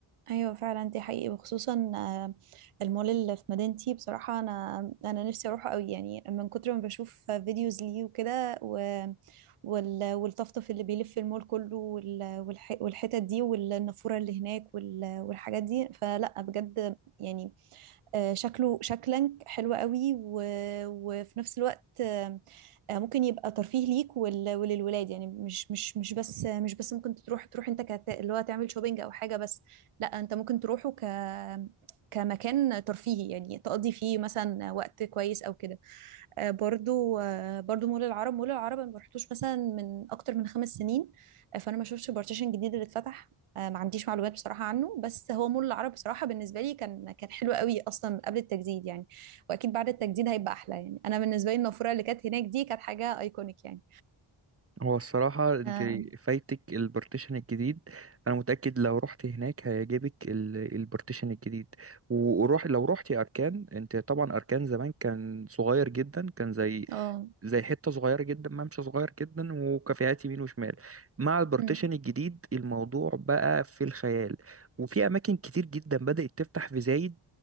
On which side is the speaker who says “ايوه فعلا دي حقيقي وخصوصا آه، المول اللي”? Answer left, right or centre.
Right